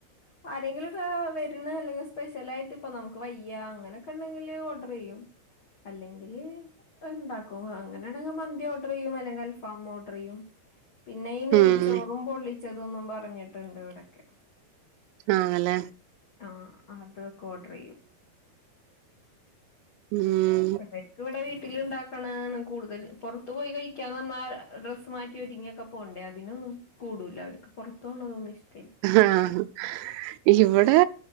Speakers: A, on the left; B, on the right.
A: ആരെങ്കിലും ഒക്കെ വരുന്ന അല്ലെങ്കിൽ സ്പെഷ്യൽ ആയിട്ട് ഇപ്പ നമുക്ക് വയ്യ അങ്ങനെയൊക്കെ ഉണ്ടെങ്കില് ഓർഡർ ചെയ്യും അല്ലെങ്കില് ഉണ്ടാക്കും അങ്ങനെയാണെങ്കിൽ മന്തി ഓർഡർ ചെയ്യും അല്ലെങ്കിൽ അൽഫാാം ഓർഡർ ചെയ്യും പിന്നെ ഈ നെയ്ച്ചോറും
B: ഉം
A: പൊള്ളിച്ചതൊന്നും പറഞ്ഞിട്ടുണ്ട് ഇവിടൊക്കെ
B: ആണല്ലെ
A: ആ അതൊക്കെ ഓർഡർ ചെയ്യും
B: ഉം
A: ഇവർക്കുംഇവിടെ വീട്ടിൽ ഉണ്ടാകുന്ന കൂടുതൽ പുറത്തു പോയി കഴിക്കാന്ന് പറഞ്ഞാ ഡ്രസ്സ് മാറ്റി വരിങ്ങൊക്കെ പോകണ്ടേ അതിനൊന്നും കൂടൂല അവർക്ക് പുറത്തോണതൊന്ന ഇഷ്ടം
B: ആഹ് ഇവിടെ